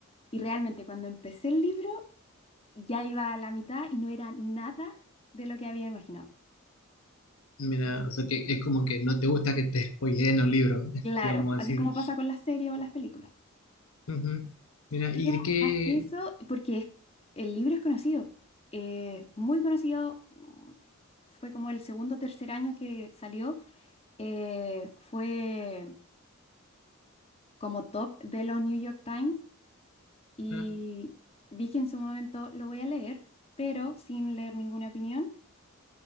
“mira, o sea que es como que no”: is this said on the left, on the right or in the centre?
Left